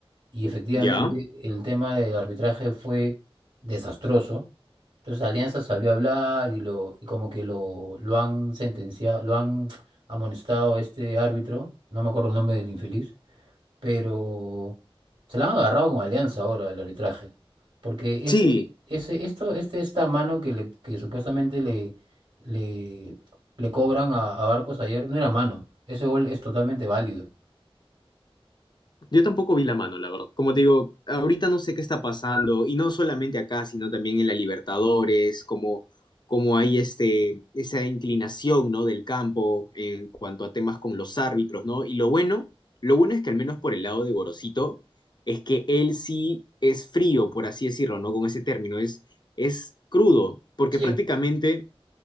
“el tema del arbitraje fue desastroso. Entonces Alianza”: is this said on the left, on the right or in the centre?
Right